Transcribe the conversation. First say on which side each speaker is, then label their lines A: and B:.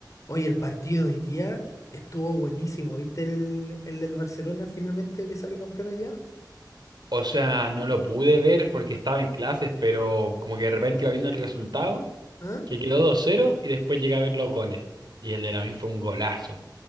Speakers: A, on the left; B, on the right.
A: Oye, el partido de hoy día estuvo buenísimo. ¿Viste el, el del Barcelona finalmente que salió campeón hoy día?
B: O sea, no lo pude ver porque estaba en clases, pero como que de repente iba viendo el resultado,
A: ¿Ah?
B: que quedó 2-0 y después llegué a ver los goles. Y el de Lamine fue un golazo.